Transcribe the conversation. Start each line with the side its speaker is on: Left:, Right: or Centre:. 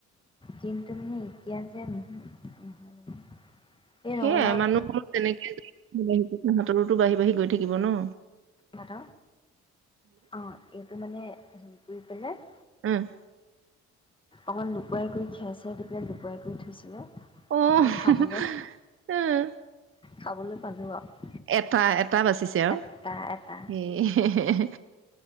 Left: কিন্তু মানে এতিয়া যে <unintelligible>
Right: সেয়াই
Left: ৰঙালাওত
Right: মানুহৰ তেনেকে <unintelligible> সিহঁতৰোতো বাঢ়ি বাঢ়ি গৈ থাকিব ন
Left: নাত অ এইটো মানে- হেৰি কৰি পেলাই
Right: উম
Left: অকমান লুকুৱাই কৰি খেৰ চেৰ দি পেলাই লুকুৱাই কৰি থৈছিলে
Right: অ উম
Left: সেই
Right: হু
Left: খাবলৈ
Right: হু উম
Left: খাবলৈ পালোঁ আৰু
Right: এটা এটা এটা বাচিছে আৰু
Left: এটা এটা
Right: হে হে হে হে